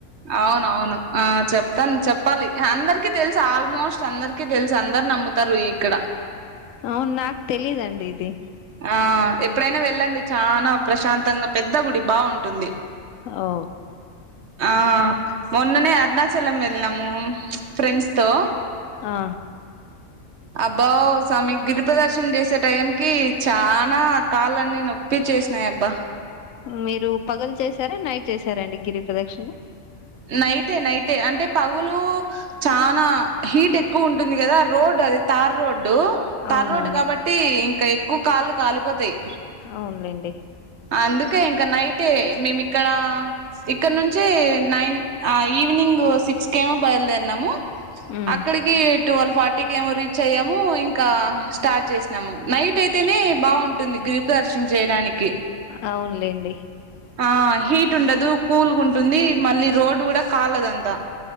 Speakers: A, on the right; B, on the left.
A: అవునవును ఆ చెప్ తను చెప్పాలి అందరిక తెలుసు ఆల్మోస్ట్ అందరికి తెలుసు అందరు నమ్ముతారు ఇక్కడ
B: అవును నాకు తెలీదండి ఇది
A: ఆ ఎప్పుడైనా వెళ్ళండి చానా ప్రశాంతంగా పెద్ద గుడి బాగుంటుంది
B: ఓ
A: ఆ మొన్ననే అర్నా చలం వెల్నము ఫ్రెండ్స్ తో
B: ఆ
A: అబ్బో సమి గిరిపదర్శన చేసే టైం క చానా కాళ్ళన్ని నొప్పిచ్చేసినాయి అబ్బా
B: మీరు పగలు చేశారా నైట్ చేసారండి గిరి ప్రదక్షిణ
A: నైటే నైటే అంటే పగులు చానా హీట్ ఎక్కువ ఉంటుంది కదా రోడ్డు అది తార్ రోడ్ డు తర్రోడ్
B: అవునవును
A: కాబట్టి ఇంక ఎక్కువ కాళ్ళు కాలిపోతాయి
B: అవునులేండి
A: అందుకే ఇంకా నైటే మేమి ఇక్కడ ఇక్కడ నుంచే నైన్ ఈవినింగ్ సిక్స్కేమో బయలుదేరినాము
B: ఉమ్
A: అక్కడికి టువల్ ఫార్ ఇకి ఏమో రీచ్ అయ్యాము ఇంకా స్టార్ట్ చేసినాము నైట్ అయితేనే బాగుంటుంది గిరి ప్రదక్షిణ చేయడానికి
B: అవునులేండి
A: ఆ హీట్ ఉండదు కూల్గుంటుంది మళ్ళీ రోడ్ కూడా కాలదంత